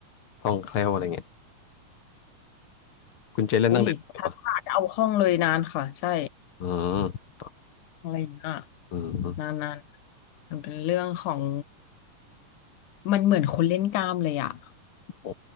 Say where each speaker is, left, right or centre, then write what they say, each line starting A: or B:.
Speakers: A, on the left (about 50°); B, on the left (about 70°).
A: คล่องแคล่วอะไรเงี้ยคุณเจเล่นตั้งแต่เด็กเลยปะ
B: อุ้ยถ้าถ้าจะเอาคล่องเลยนานค่ะใช่
A: อืม
B: อะไรนะ
A: อืมอืม
B: นานนานมันเป็นเรื่องของมันเหมือนคนเล่นกล้ามเลยอ่ะ
A: โอ้